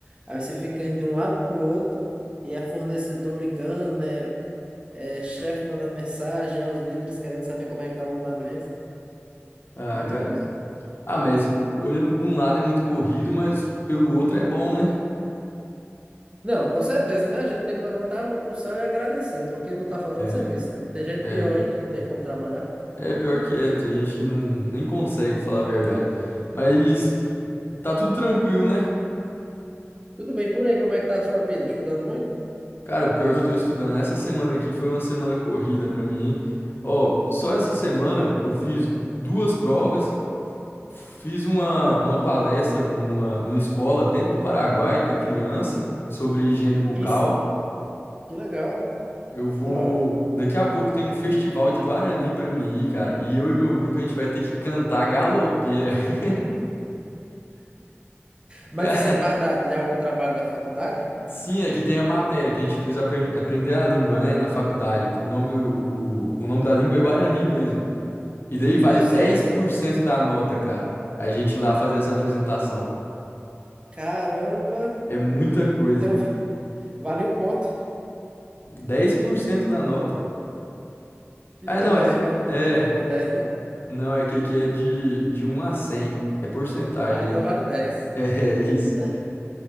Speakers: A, on the right (about 20°); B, on the left (about 50°).
A: aí você fica indo de um lado pro outro e é fornecedor ligando, é, é chefe mandando mensagem, é os líderes querendo saber como é que tá o andamento,
B: Ah,
A: muita
B: cara.
A: coisa.
B: Ah, mas olhando por um lado é muito corrido, mas pelo outro é bom, né?
A: Não, com certeza, né? A gente tem que levantar a mão pro céu e agradecer, porque não tá faltando
B: É,
A: serviço, né? Tem gente
B: é.
A: pior aí que não tem como trabalhar.
B: É pior que é, tem gente que não, nem consegue, pra falar a verdade. Mas tá tudo tranquilo, né?
A: Tudo bem por aí, como é que tá a sua vida? Estudando muito?
B: Cara, pior que eu tô estudando. Essa semana aqui foi uma semana corrida pra mim, hein? Ó, só essa semana eu fiz duas provas. Fiz uma, uma palestra numa, numa escola dentro do Paraguai para criança sobre higiene bucal.
A: Isso, que legal,
B: Eu vou.
A: que da hora.
B: Daqui a pouco tem um festival de Guarani para mim ir, cara. E eu e meu grupo a gente vai ter que cantar galopeira. <laughs>
A: Mas
B: Cara,
A: isso é parte da- de algum trabalho da faculdade?
B: sim, é que tem a matéria que a gente precisa apren- aprender a língua, né, na faculdade. O nome, do- o, o nome da língua é Guarani mesmo. E daí vale
A: Eu sei,
B: dez
A: sei.
B: por cento da nota, cara. A gente lá fazer essa apresentação.
A: Caramba!
B: É muita coisa.
A: Então, <laughs> vale um ponto.
B: 10% da nota.
A: Então,
B: Ah, não,
A: mas
B: é.
A: tipo, a nota
B: É.
A: não é de 1 a 10, não?
B: Não, é que aqui é de, de um a 100, É porcentagem,
A: Ah,
B: né?
A: então
B: <laughs>
A: vale dez.
B: É, é isso.
A: né?